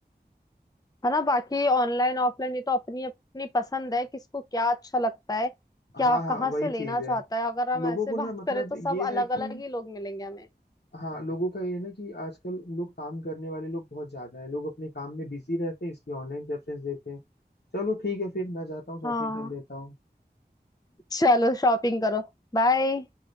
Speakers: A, on the left; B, on the left.
A: है ना बाकी ऑनलाइन ऑफलाइन ये तो अपनी अपनी पसंद है किसको क्या अच्छा लगता है क्या
B: हाँ हाँ
A: कहाँ
B: वही
A: से
B: चीज
A: लेना चाहता
B: है
A: है अगर हम
B: लोगों
A: ऐसे
B: को ना
A: बात
B: मतलब
A: करें तो सब
B: ये
A: अलग
B: है कि
A: अलग ही लोग मिलेंगे हमें
B: हाँ लोगों का ये है ना कि आजकल लोग काम करने वाले लोग बहुत ज्यादा हैं लोग अपने काम में बिजी रहते हैं इसलिए ऑनलाइन प्रेफरेंस देते हैं चलो ठीक है फिर मैं जाता हूँ शॉपिंग
A: हाँ
B: कर लेता हूँ
A: चलो शॉपिंग करो बाय